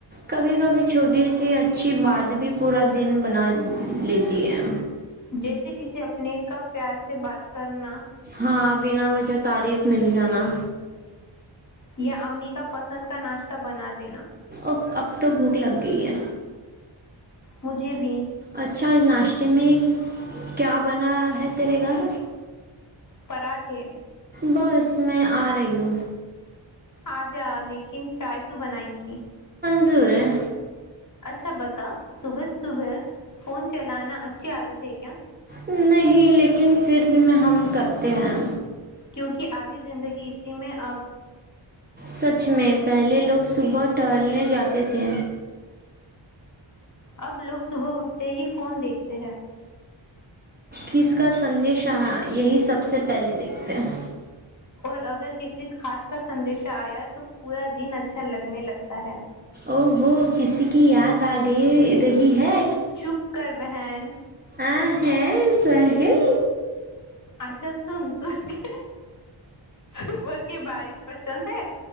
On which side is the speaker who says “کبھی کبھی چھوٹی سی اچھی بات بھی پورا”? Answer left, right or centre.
Right